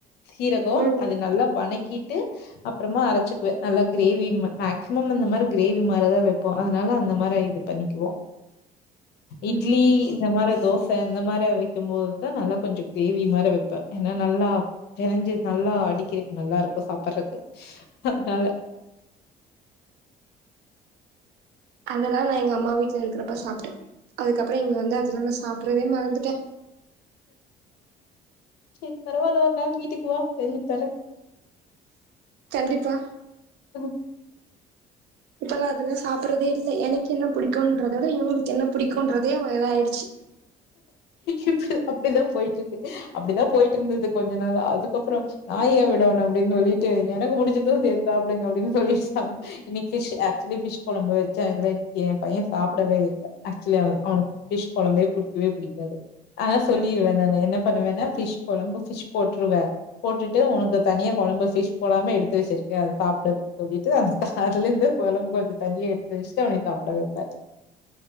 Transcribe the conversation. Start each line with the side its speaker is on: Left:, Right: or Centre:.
Left: சீரகம்
Right: ம்
Left: அது நல்லா வணக்கிட்டு அப் அப்புறமா அரைச்சிக்குவ நல்லா கிரேவி மேக்சிமம் இந்த மாரி கிரேவி மாரிதான் வைப்போ அதனால அந்த மாதிரி இது பண்ணிக்குவோ இட்லி
Right: ம்
Left: இந்த மாரி தோச ச இந்த மாரி வைக்கும்போது தா நல்லா கொஞ்சம் கிரேவி மாரி வைப்ப ஏன்னா நல்லா பிரிஞ்சு நல்லா அடிக்கிறதுக்கு நல்லா இருக்கும் சாப்புட்றக்கு அதனால
Right: அதெல்லா நா எங்க அம்மா வீட்ல இருக்குறப்ப சாப்ட்ட அதுக்கப்புறம் இங்க வந்து அதுலா நா சாப்ட்றதே மறந்துட்ட
Left: சேரி பரவாயில்ல ஒரு நாள் வீட்டுக்கு வா செஞ்சி தார
Right: கண்டிப்பா
Left: ம்
Right: இப்பல்லாம் அதுல்லா சாப்புட்றதே இல்ல எனக்கு என்ன பிடிக்கும்ன்றத விட இவுங்களுக்கு என்ன பிடிக்கும்ன்றதே ஒ இதாயிடுச்சு
Left: இப்ப அப்படிதான் போயிட்டு இருக்கு அப்படிதா போயிட்டு இருந்தது கொஞ்ச நாளா அதுக்கப்புறம் நா ஏன் விடணு அப்டின்னு சொல்லிட்டு எனக்கு புடிச்சதும் சேத்து சாப்டுங்க அப்படின்னு சொல்லிட்டாங்க இன்னைக்கு ஃபிஷ் ஆக்சுவலி ஃபிஷ் கொழம்பு வச்சா இல்ல இன்னைக்கு என் பையன் சாப்டவே இல்ல ஆக்சுவலி அவனுக்கு ஃபிஷ் கொழம்பே பிடிக்கவே பிடிக்காது ஆனா சொல்லிருவ நானு என்ன பண்ணுவேன்னா ஃபிஷ் கொழம்பு ஃபிஷ் போட்டுருவ போட்டுட்டு உனக்கு தனியா கொழம்பு ஃபிஷ் போடாம எடுத்து வச்சிருக்க அத சாப்ட்றது சொல்லிட்டு அந்த தார்ல இருந்து கொழம்பு கொஞ்சம் தனியா எடுத்து வச்சுட்டு அவனையு சாப்ட வைப்ப